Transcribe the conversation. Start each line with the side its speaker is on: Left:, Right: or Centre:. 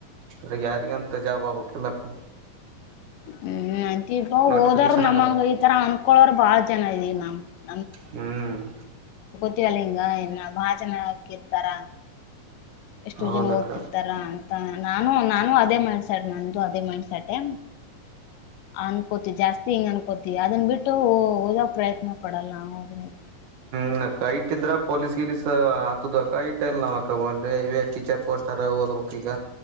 Right: ಅ್ರ ಯಾರಿಗ ಅಂತ ಜಾಬ್ ಆಬಕ್ಿಲ್ಲಕ್ಕ
Left: ಹ್ಮ್ ಅಂತ
Right: ನೋಟಿಫಿಕೇಶನ್
Left: ಹೋದಾರ ನಮ್ಮಂಗ
Right: ಆಗಲ್ಲ
Left: ಈತರ ಅ ಅವರು ಬಾಳ ಜನ ಇದೀವಿ ನಾ್
Right: ಹ್ಮ್
Left: ಇವಲ್ಲ ಹಿಂಗ ಇನ್ನ ಭಾಜನೆ ಹಾಕಿರ್ತಾರ ಎಷ್ಟೋ ಜನ
Right: ಹೌದಕ್ಕ
Left: ಓದತಿರ್ತಾರ ಅಂತ ನಾನು ನಾನು ಅದೇ ಮಾಡಸಾಟೆ ನ್ದ ಅದೇ ಮಾಡಸಾಟೆ ಅನ್ಕೋತಿ ಜಾಸ್ತಿ ಹಿಂಗ ಅನ್ಕೋತಿವಿ ಅದನ್ ಬಿಟ್ಟು ಓದಕ ಪ್ರಯತ್ನ ಪಡಲ್ಲ ಹದತಿ
Right: ಇ ಕ ಇಟ್ದ್ರ ಪೊಲೀಸ್ ಗಿಲೀಸ್ ಹತದಕ ಇಟ್ ಇಲ್ಲ ನ ಇ ಟೀಚರ್ ಪೋಸ್ಟ್ ಓದ್ಬೇಕಕ್ ಈಗ